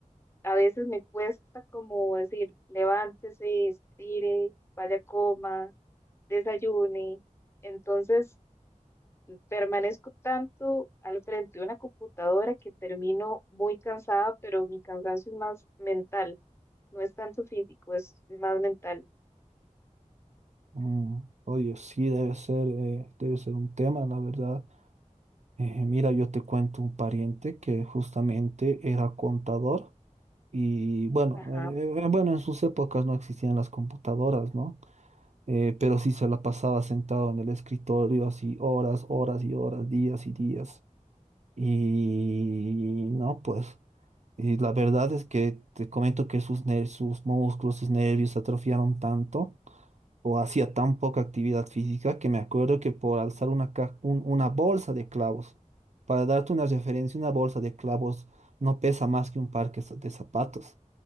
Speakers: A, on the left; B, on the right.
A: a veces me cuesta como decir, levántese, estire, vaya, coma, desayune. Entonces, permanezco tanto al frente de una computadora que termino muy cansada, pero mi cansancio es más mental, no es tanto físico, es más mental.
B: Mm, oye, sí, debe ser, eh, debe ser un tema, la verdad. Eh, mira, yo te cuento un pariente que justamente era contador y bueno,
A: Ajá,
B: eh, eh, bueno, en sus épocas no existían las computadoras, ¿no? Eh, pero sí se la pasaba sentado en el escritorio así horas, horas y horas, días y días. Y no, pues. Y la verdad es que te comento que sus, ner- sus músculos, sus nervios se atrofiaron tanto o hacía tan poca actividad física que me acuerdo que por alzar una, ca- un- una bolsa de clavos, para darte una referencia, una bolsa de clavos no pesa más que un par que sa- de zapatos.